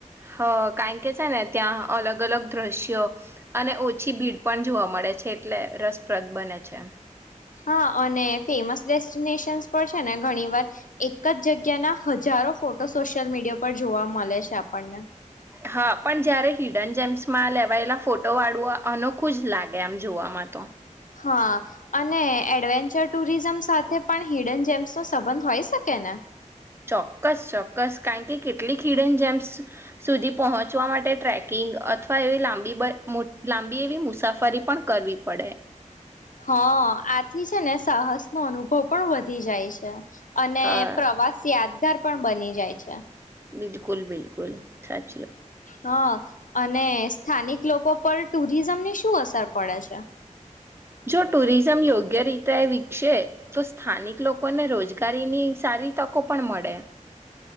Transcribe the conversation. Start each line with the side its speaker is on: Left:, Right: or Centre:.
Right: હ, કારણ કે છેને, ત્યાં અલગ અલગ દ્રશ્યો અને ઓછી ભીડ, પણ જોવા મળે છે, એટલે રસપ્રદ બને છે.
Left: હા, અને ફેમસ ડેસ્ટિનેશન્સ પર છેને, ઘણી વાર એક જ જગ્યાના હજારો ફોટો સોશિયલ મીડિયા પર જોવા મળે છે, આપણને.
Right: હા, પણ જયારે હિડન જેમ્સમાં લેવાયેલા ફોટો વાળું અનોખું જ લાગે, આમ જોવામાં તો.
Left: હા, અને એડવેન્ચર ટુરિઝમ સાથે પણ હિડન જેમ્સ, નો સંબંધ હોય, શકે ને?
Right: ચોક્કસ, ચોક્કસ કારણ કે કેટલીક હીડન જેમ્સ સુધી પહોંચવા માટે ટ્રેકિંગ, અથવા એવી લાંબી એવી મુસાફરી, પણ કરવી પડે.
Left: હા, આથી છેને, સાહસ નો અનુભવ પણ વધી જાય છે. અને,
Right: હા
Left: પ્રવાસ યાદગાર. પણ, બની જાય છે.
Right: બિલકુલ, બિલકુલ સાચ
Left: હા. અને સ્થાનિક લોકો, પર ટુરિઝમની શું અસર પડે છે.
Right: જો ટુરિઝમ યોગ્ય રીતે વિકસે તો સ્થાનિક લોકો ને રોજ ગારીની, સારી તકો પણ મળે.